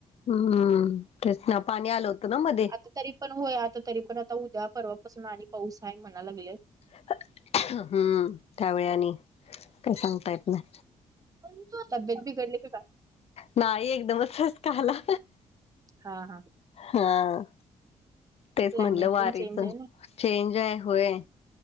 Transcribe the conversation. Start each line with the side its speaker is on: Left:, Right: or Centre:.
Left: हम हम तेच ना पाणी आलं होतं ना मध्ये.
Right: आता तरी पण होय! आता तरी पण आता उद्या परवापासून आणि पाऊस हाय म्हणा लागलेत.
Left: <unintelligible> हम त्यावेळी आणि काय सांगता येत नाय.
Right: <inaudible> तब्येत बी- बिगडली की काय?
Left: नाही एकदमच ठसकाआला.
Right: हां हां-
Left: हां तेच
Right: क्लायमेट
Left: म्हणलं वारीच-
Right: पण चेंज आहे ना
Left: चेंज आहे होय